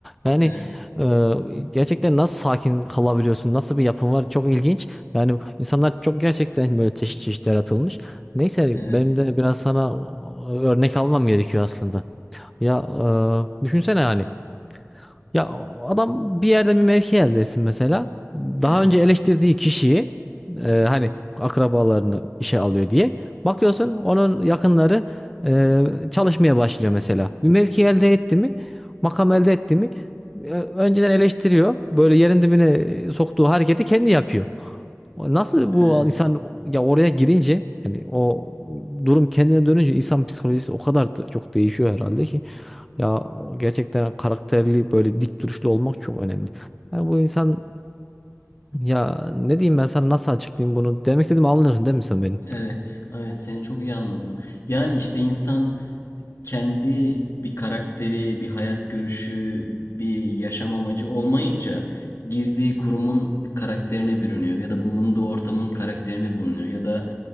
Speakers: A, in the centre; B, on the left.
A: Yani
B: Evet,
A: e, gerçekten nasıl sakin kalabiliyorsun? Nasıl bir yapın var? Çok ilginç. Yani insanlar çok gerçekten böyle çeşit çeşit yaratılmış. Neyse
B: evet,
A: benim de biraz sana e, örnek almam gerekiyor aslında. Ya e, düşünsene yani ya adam bir yerde bir mevki elde etsin mesela. Daha
B: evet,
A: önce eleştirdiği kişiyi e, hani akrabalarını işe alıyor diye. Bakıyorsun onun yakınları e, çalışmaya başlıyor mesela. Bir mevki elde etti mi, makam elde etti mi e, önceden eleştiriyor. Böyle yerin dibine soktuğu hareketi kendi yapıyor. Nasıl bu
B: evet,
A: insan ya oraya girince yani o durum kendine dönünce insan psikolojisi o kadar da çok değişiyor herhalde ki. Ya gerçekten karakterli böyle dik duruşlu olmak çok önemli. Yani bu insan ya ne diyeyim ben sana nasıl açıklayayım bunu? Demek istediğimi anlıyorsun değil mi sen benim?
B: evet, evet. Seni çok iyi anladım. Yani işte insan kendi bir karakteri, bir hayat görüşü, bir yaşam amacı olmayınca girdiği kurumun karakterine bürünüyor ya da bulunduğu ortamın karakterine bulunuyor ya da